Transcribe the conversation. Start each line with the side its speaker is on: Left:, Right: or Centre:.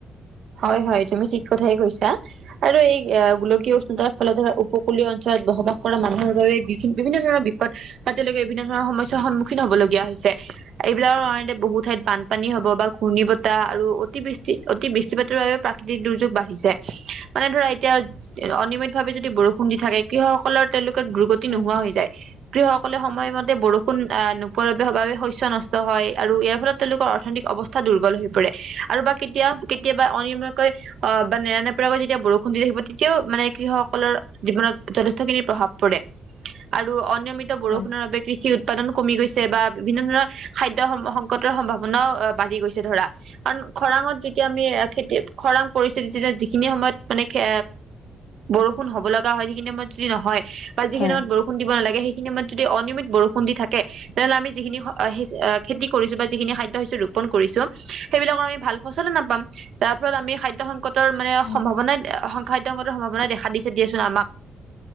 Right: হয় হয় তুমি ঠিক কথাই কৈছা আৰু এই গোলকীয় উষ্ণতাৰ ফলত ধৰা উপকূলীয় অঞ্চল- বসবাস কৰা মানুহৰ বাবে বি বিভিন্ন ধৰণৰ বিপদ। বা তেঁওলোকে বিভিন্ন ধৰণৰ সমস্যা সন্মুখীন হ'বলগীয়া হৈছে। এইবিলাকৰ কাৰণতে বহুত ঠাইত বানপানী হব বা ঘূৰ্ণী বতাহ আৰু অতি বৃষ্টি অতি বৃ জীৱাতৰ বাবে প্ৰাকৃতিক দুৰ্যোগ বাঢ়িছে মানে ধৰা এতিয়া অনিয়মিত ভাৱে যদি বৰষুণ দি থাকে। কৃষকসকলৰ তেওঁলোকে দুৰ্গতি
Left: হয়
Right: নোহোৱা হৈ যায়। কৃষকসকলে সময়মতে বৰষুণ আহ নোপোৱাৰ বাবে সাৱ শস্য নষ্ট হয় আৰু ইয়াৰ ফলত তেওঁলোকৰ অৰ্থনতিক অৱস্থা দুৰ্বল। পৰে আৰু বা কেতিয়া? কেতিয়াবা অনিয়মীয়াকৈ অ বা নেৰানেপৰাকৈ যেতিয়া বৰষুণ দি থাকিব, তেতিয়াও মানে কৃষকসকলৰ জীৱনত। যথেষ্ঠখিনি প্ৰভাৱ পৰে আৰু অনিয়মিত বৰষুণৰ
Left: হয়
Right: বাবে কৃষি উৎপাদন- কমি গৈছে বা বিভিন্ন ধৰণৰ খাদ্য সংকটৰ সম্ভাৱনাও বাঢ়ি গৈছে ধৰা। কাৰণ খৰাঙত- এতিয়া আমি খেতি খৰাং পৰিস্থিতি যে যিখিনি সময়ত মানে খে বৰষুণ হ'ব লগা হয়। সিখিনি সময়ত যদি নহয় বা যিখিনি
Left: হয়
Right: সময়ত বৰষুণ দিব নালাগে সেই ত যদি অনিয়মিত বৰষুণ দি থাকে। তেনেহলে আমি যিখিনি খেতি কৰিছো বা যিখিনি খাদ্য হেচিলো। কৰিছো। সেইবিলাকৰ আমি ভাল নাপাম। যাৰ ফলত আমি খাদ্য সংকতৰ মানে
Left: উম,
Right: সম্ভাৱনাই। খাদ্যয় সম্ভাৱনা দেখা দিছে দিয়াচোন আমাক।